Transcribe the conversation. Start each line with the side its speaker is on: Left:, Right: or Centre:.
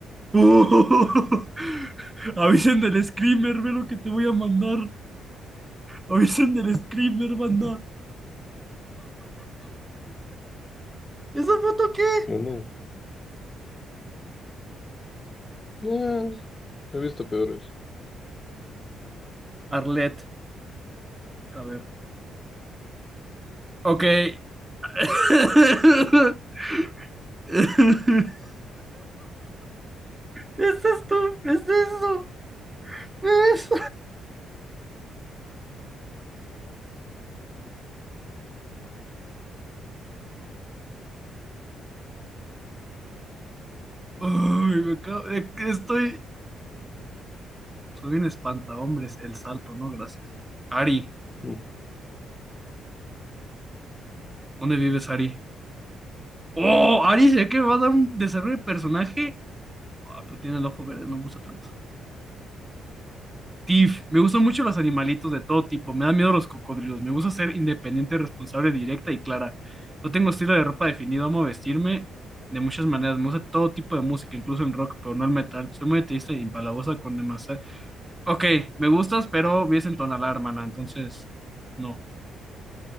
Right: ¡Oh! <laughs> Avisen del screamer, ve lo que te voy a mandar. Avisen del screamer, banda. ¿Esa foto qué?
Left: ¿Dónde? Ah, he visto peores.
Right: Arlet. A ver. Ok. <laughs> <laughs> ¿Es esto? ¿Es eso? <laughs> Es- Ah, ay, me acabo- eh, que estoy. Soy un espantahombres, el salto, no, gracias. Ari,
Left: Mm.
Right: ¿dónde vives, Ari? ¡Oh! Ari, sé que me va a dar un desarrollo de personaje. Ah, pero tiene el ojo verde, no me gusta tanto. Tiff, me gustan mucho los animalitos de todo tipo. Me dan miedo los cocodrilos. Me gusta ser independiente, responsable, directa y clara. No tengo estilo de ropa definido, amo vestirme de muchas maneras. Me gusta todo tipo de música, incluso el rock, pero no el metal. Soy muy ateísta y empalagosa con demás Ok, me gustas, pero vives en Tonalá, hermana, entonces no.